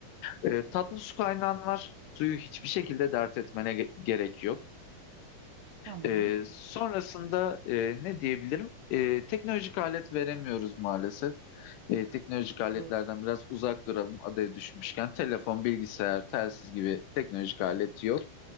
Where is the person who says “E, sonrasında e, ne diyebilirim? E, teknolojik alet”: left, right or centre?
Left